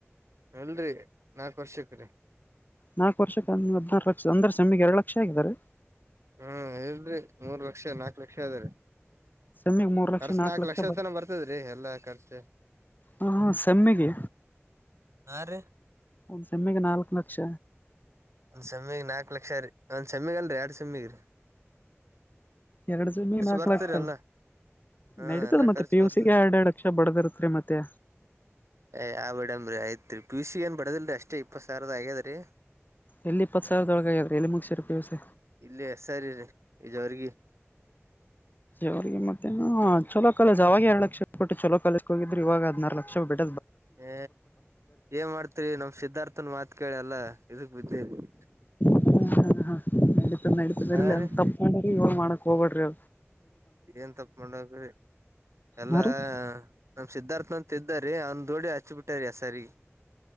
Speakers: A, on the right; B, on the left.
A: ಅಲ್ರರಿ ನಾಕ್ ವರ್ಷಕ್ರೀ
B: ನಾಕ ವರ್ಷ ಕ ಹಾದ್ನರು ಲಕ್ಷ ಅಂದ ನಮಗೆ ಎರಡು ಲಕ್ಷ ಆಗಿದ್ದಾರೆ.
A: ಹ್ಮ್ ಇಲ್ರೀ ಮೂರ್ ಲಕ್ಷ ನಾಕು ಲಕ್ಷ ಅದ್ರರಿ.
B: ಸೆಮ್ಮಿಗೆ ಮೂರು ಲಕ್ಷ
A: ಖರ್ಚ
B: ನಾಲ್ಕು
A: ನಾಕು
B: ಲಕ್ಷ
A: ಲಕ್ಷದ
B: ಬರ್
A: ತನ ಬರ್ತದ್ರಿ ಎಲ್ಲಾ ಖರ್ಚು.
B: ಹಾ ಸಮ್ಮಿಗೆ.
A: ಹಾ ರೀ
B: ಒಂದ್ ಸಮ್ಮಿಗೆ ನಾಲ್ಕು ಲಕ್ಷ.
A: ಒಂದ್ ಸಮ್ಮಿಗ್ ನಾಲ್ಕು ಲಕ್ಷ ರೀ ಒಂದ್ ಸಮ್ಮಿಗ ಅಲ್ರರಿ ಎರಡ್ ಸಮ್ಮಿಗ್ರರಿ.
B: ಎರಡು ಸೆಮಿಗೆ ನಾಕ
A: ಬರ್ತರಿ
B: ಲಕ್ಷ.
A: ಎಲ್ಲಾ ಹಾ
B: ನಡೀತದ
A: ಎಲ್ಲಾ
B: ಮತ್ತೆ
A: ಖರ್ಚು
B: ಪಿ ಯುಸಿಗೆ
A: ಬರ್ತದ
B: ಎರಡ್ ಎರಡು ಲಕ್ಷ ಬಡದಿರ್ತ್ರಿ ಮತ್ತೆ
A: ಯಾವ್ ಬೇಡಮ್ರರಿ ಆಯ್ತ್ ರರಿ ಪಿಯುಸಿ ಏನ್ ಬಡದಿಲ್ರಿ ಅಷ್ಟೇ ಇಪ್ಪತ್ ಸಾವಿದ ಆಗ್ಯದ ರೀ.
B: ಎಲ್ಲಿ ಇಪ್ಪತ್ ಸಾವಿರದೊಳಗ ಆಗ್ಯಾದ್ರಿ ಎಲ್ಲಿ ಮುಗಸಿರಿ ಪಿ ಯು ಸಿ
A: ಇಲ್ಲಿ ಸರಿ ರೀ ಈ ಜವರ್ಗಿ.
B: ಅವಿಗೆ ಮತ್ತೆ ಚಲೋ ಕಾಲೇಜ ಅವಾಗ ಎರಡ್ ಲಕ್ಷ ಕೊಟ್ಟು ಚಲೋ ಕಾಲೇಜ ಹೋಗಿದ್ರೆ ಇವಾಗ ಹದ್ನಾರು ಲಕ್ಷ ಬಿಟ್ಟು.
A: ಹ ಏನ್ ಮಾಡ್ತರಿ ನಮ ಸಿದ್ಧಾರ್ಥನ್ ಮಾತ್ ಕೇಳಿಲ್ಲ. ಇದು ಬಿದೇಗುಲ್.
B: ಹ ಹಾ ನಡಿತತ ನಡಿತ ಬರ್ಲ
A: ಹಾ ರೀ
B: ಅಂತ ತಪ್ಪ ಮಾಡ್ರಿ ಇವಳ ಮಾಡಕ್ ಹೋಗ್ಬೇಡ್ರಿ ಅ.
A: ಏನ್ ತಪ್ಕೊಂಡೋಗ್ರಿ ಎಲ್ಲಾ
B: ಹಾ ರೀ
A: ನಮ್ ಸಿದ್ಧಾರ್ಥಂತ ಇದ್ದಾರ. ರೇ ಅಂದ ದೋಡಿ ಹಚ್ ಬಿಟ್ಟಾರ ಸರಿ.